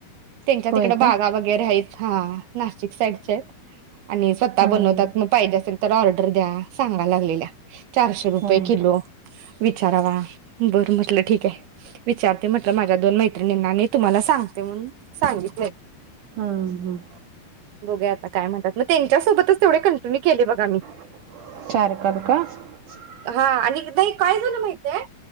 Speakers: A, on the right; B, on the right.
A: तेच्या
B: होय
A: तिकड बागा
B: का
A: वगैरे आहेत. हा नाशिक साईडच्या आहेत. आणि स्वतः
B: हम्म
A: बनवतात म पाहिजे असेल तर ऑर्डर द्या सांगा लागलेल्या चारशे
B: हम्म
A: रुपये किलो विचारावा बरं म्हटलं ठीक आहे. विचारते म्हटलं माझ्या दोन मैत्रिणींनानी तुम्हाला सांगते म्हणून सांगितलय.
B: हम्म हम्म
A: बघूया आता काय म्हणतात. मग त्यांच्यासोबतच तेवढे कंटिन्यू केले बघा मी.
B: <unintelligible>
A: हा आणि नाही काय झालं माहिती -- माहिती हाय